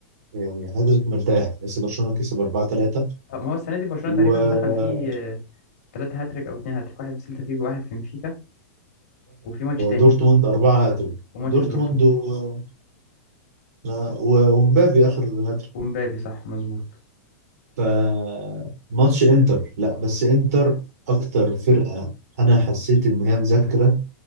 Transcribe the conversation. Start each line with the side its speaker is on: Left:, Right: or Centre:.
Right: يعني هاتريك مرتاح بس برشلونة كسب 4 3
Left: ما هو السنه دي برشلونه
Right: وواحد
Left: تقريبا دخل فيه آه، ثلاثة هاتريك أو اتنين هاتريك واحد بسيلتا فيجو واحد في بنفيكا وفي ماتش تاني
Right: دورتموند 4 هاتريك
Left: وماتش
Right: دورتموند
Left: دورتموند
Right: و- و- ومبابي اخر هاتريك
Left: ومبابي صح مظبوط
Right: فماتش انتر لا بس انتر اكتر فرقة انا حسيت ان هي مذاكرة